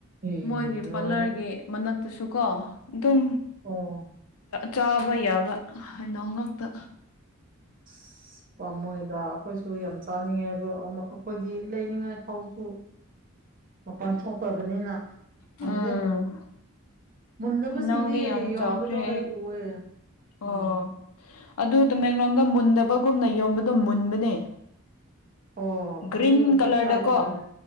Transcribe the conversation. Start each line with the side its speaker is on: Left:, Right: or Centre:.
Right: ꯑꯦ
Left: ꯃꯣꯏꯒꯤ
Right: ꯂꯣꯏꯔꯦ
Left: ꯄꯥꯔꯂꯔꯒꯤ ꯃꯅꯥꯛꯇꯨꯁꯨ ꯀꯣ ꯑꯗꯨꯝ
Right: ꯑꯣ
Left: ꯆꯥꯕ ꯌꯥꯕ ꯑ ꯅꯣꯡ ꯉꯛꯇ
Right: ꯑ ꯄꯥꯝꯃꯣꯏꯗ ꯑꯩꯈꯣꯏꯁꯨ ꯌꯥꯝ ꯆꯥꯅꯤꯡꯉꯦ ꯑꯗꯣ ꯑꯩꯈꯣꯏꯗꯤ ꯂꯩꯅꯤꯡꯉꯥꯏ ꯐꯥꯎꯁꯨ ꯃꯄꯥꯟ ꯊꯣꯛꯇꯕꯅꯤꯅ ꯐꯪꯗꯦ
Left: ꯎꯝ
Right: ꯃꯨꯟꯗꯕꯁꯤꯡꯗꯤ
Left: ꯍꯩꯅꯧꯗꯤ ꯌꯥꯝ
Right: ꯌꯣꯟꯕꯗꯣ
Left: ꯆꯥꯎꯈ꯭ꯔꯦ
Right: ꯑꯩ ꯎꯑꯦ ꯎꯝ
Left: ꯑꯣ ꯑꯗꯨ ꯇꯃꯦꯡꯂꯣꯡꯗ ꯃꯨꯟꯗꯕꯒꯨꯝꯅ ꯌꯣꯟꯕꯗꯣ ꯃꯨꯟꯕꯅꯦ
Right: ꯑꯣ
Left: ꯒ꯭ꯔꯤꯟ
Right: ꯑꯗꯨꯗꯤ
Left: ꯀꯂꯔꯗꯀꯣ
Right: ꯇ꯭ꯔꯥꯏ ꯇꯧꯗ꯭ꯔꯦ